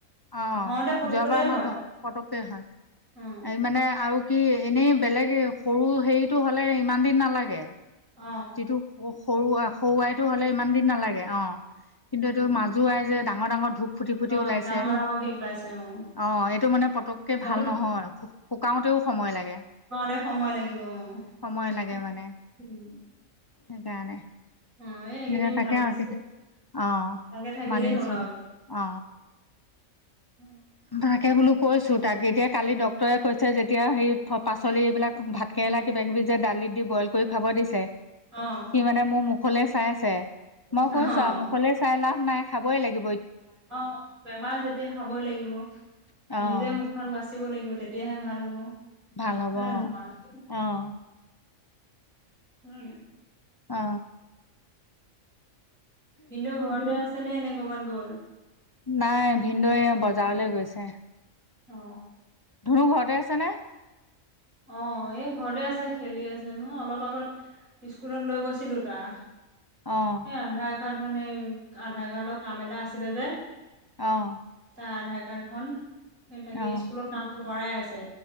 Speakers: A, on the left (about 30°); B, on the right (about 85°).
A: অ
B: হওঁতে পুতুকতে
A: যোৱাবাৰ আমাৰ
B: হয়।
A: পতককে হয়
B: উম,
A: এই মানে আৰু কি এনেই। বেলেগ সৰু হেৰিটো হ'লে ইমান দিন নালাগে।
B: অ',
A: যিটো সৰু সৰু আইটো হ'লে ইমান দিন নালাগে অ। কিন্তু এইটো
B: অ',
A: মাজু আই যে ডাঙৰ ডাঙৰ ধূপ। ফুটি ফুটি
B: অ
A: ওলাইছে
B: ডাঙৰ ডাঙৰকে ওলাইছে অ।
A: অ এইটো মানে পতককে
B: সেইটো
A: ভাল নহয় শুকাওঁতেও সময় লাগে।
B: শুকাওঁতে সময় লাগিব অহ। <inaudible>
A: সময় লাগে মানে সেইকাৰণে।
B: অ এই এইকেইদিন
A: এ তাকে
B: ভাল কৰিছে।
A: অ
B: ভালকে থাকিলেই
A: মানি
B: হ'ল
A: চলে
B: আৰু
A: অ
B: উম।
A: তাকে বোলো কৈছোঁ তাকে এতিয়া কালি ডক্তৰে কৈছে যেতিয়া সেই পাচলি এইবিলাক ভাতকে। কেলা কিবা কিবি যে দালিত দি বইল কৰি খাব দিছে।
B: অ',
A: সি মানে মোৰ মুখলৈ চাই আছে, মই
B: অ',
A: কৈছোঁ আৰু মুখলৈ চাই লাভ নাই খাবই লাগি।
B: অ, বেমাৰ যেতিয়া খাবই লাগিব। ব,
A: অ',
B: নিজে মুখখন বাচিব লাগিব তেতিয়াহে ভাল হব। হয়
A: ভাল হ'ব
B: নে
A: অ',
B: নহয়।
A: অ',
B: উম।
A: অ।
B: ভিনদেউ ঘৰতে আছে নে এনেই ক'বাত গ'ল।
A: নাই ভিনদেউয়ে বজাৰলৈ গৈছে।।
B: অ।
A: ধনু ঘৰতে আছে নে।
B: অ এই ঘৰতে আছে খেলি আছে মই অলপ আগত, স্কুলত লৈ গৈছিলো তাৰ।
A: অ',
B: সে আধাৰ কাৰ্ড মানে আধাৰ কাৰ্ডৰ কাম এটা আছিলে যে।
A: অ',
B: তাৰ আধাৰ কাৰ্ড খন, সেই তাকে
A: অ',
B: স্কুলত নামটো ভৰাই আছে।